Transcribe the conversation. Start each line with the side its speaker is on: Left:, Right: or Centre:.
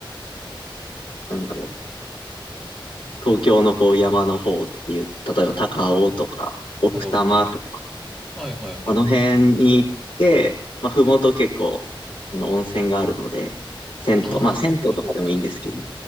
Left: なんだろう、東京のこう山の方っていう、例えば高尾とか奥多摩とか、
Centre: 高尾さん、はい。はいはいはいはい。
Left: あの辺に行って、まあ麓結構、あの温泉があるので、銭湯、
Centre: ああ、
Left: まあ銭湯とかでもいいんですけど、
Centre: そっかそっか。